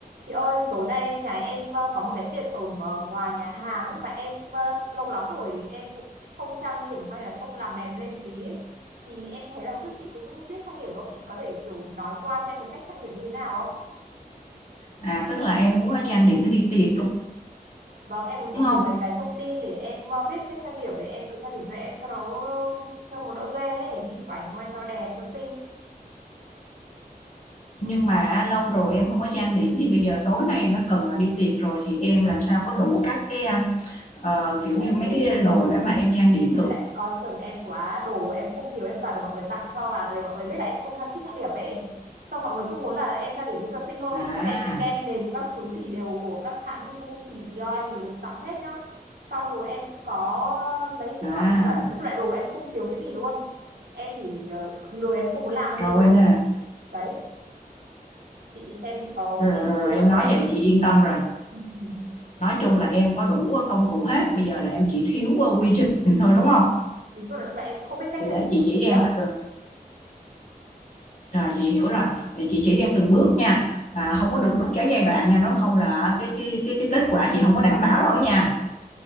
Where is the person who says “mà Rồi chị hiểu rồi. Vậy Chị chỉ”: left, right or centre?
Left